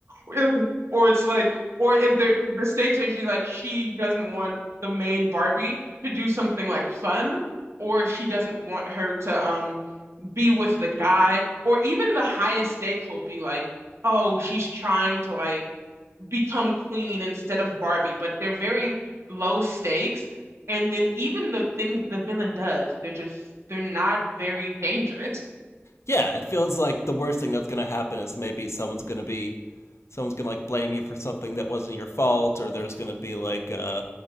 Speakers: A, on the right; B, on the left.
A: Or, or it's like, or if they're the stakes are usually like she doesn't want the main Barbie to do something like fun, or she doesn't want her to um be with the guy, or even the highest stakes will be like, oh, she's trying to like become queen instead of Barbie, but they're very low stakes. And then even the things the villain does, they're just they're not very dangerous.
B: yeah, it feels like the worst thing that's going to happen is maybe someone's going to be someone's going to like blame you for something that wasn't your fault or there's going to be like uh